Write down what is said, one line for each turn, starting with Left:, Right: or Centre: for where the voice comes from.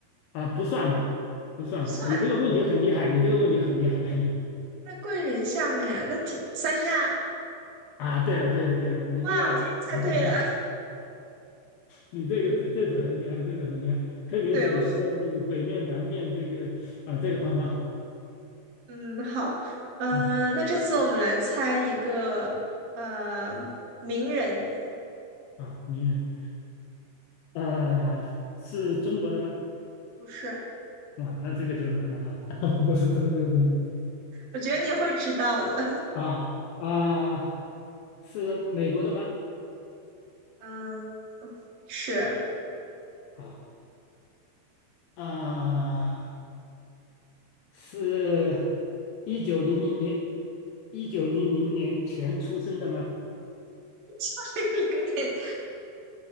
Left: 啊，不算吧，不算吧。
Right: 不算，
Left: 你这个问题很厉害，你这个问题很厉害
Right: 在桂林下面，那挺三亚。
Left: <laughs> 啊！对了对了对了，你这个。
Right: 哇，我今天猜对了，
Left: <laughs> 你这个这这次很厉害，这次很厉害，
Right: <laughs>
Left: 特别是你说的那个北面南面这个啊，
Right: 对哦，
Left: 这个方法好，
Right: 嗯，好，嗯，
Left: 嗯
Right: 那这次我们来猜一个，呃，名人，
Left: 啊，名人啊，是中国的吗？
Right: 不是，
Left: 啊，那这个就难了哈，<laughs> 不是中国的
Right: 我觉得你会知道的，
Left: 啊啊，是美国的吗？
Right: <laughs> 嗯。是
Left: 啊啊，是一九零零年一九零零年前出生的吗？
Right: 九零 <laughs> 零年，